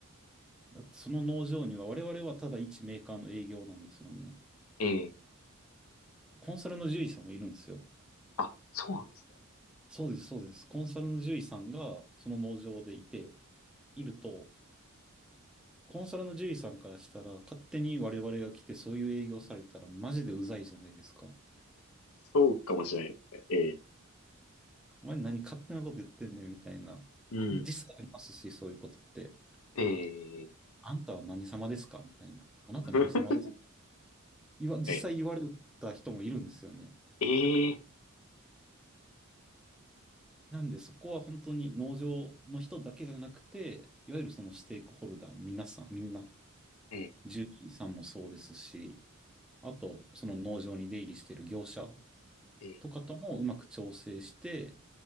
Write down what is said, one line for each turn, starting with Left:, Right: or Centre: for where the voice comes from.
Centre: だってその農場には我々はただ一メーカーの営業なんですよね。
Left: ええ、
Centre: コンサルの獣医さんもいるんですよ。
Left: あ、そうなんですね。
Centre: そうです、そうです。コンサルの獣医さんがその農場でいて、いると、
Left: ええ、
Centre: コンサルの獣医さんからしたら、勝手に我々が来てそういう営業されたらマジでうざいじゃないですか。
Left: そうかもしれないですね。ええ、
Centre: お前何勝手なこと言ってんねんみたいな。
Left: うん、
Centre: 実際ありますし、そういうことって。
Left: ええ、
Centre: あんたは何様ですかみたいな。あなた何様ですか
Left: <laughs>
Centre: 言わ、実際言われた人もいるんですよね。
Left: ええ、ええ、
Centre: なんでそこは本当に農場の人だけじゃなくて、いわゆるそのステークホルダー、皆さん、みんな、
Left: ええ、
Centre: 獣医さんもそうですし、あと、その農場に出入りしている業者
Left: ええ
Centre: とかともうまく調整して、